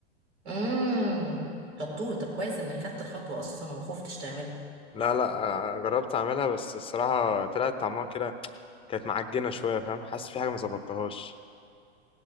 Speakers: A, on the right (about 80°); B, on the left (about 15°).
A: امم شطور طب كويس انك خدت الخطوه اصلا وما خفتش تعملها
B: لا لا آه، جربت اعملها بس الصراحه طلعت طعمها كده كانت معجنه شويه فاهم حاسس في حاجه ما ظبطتهاش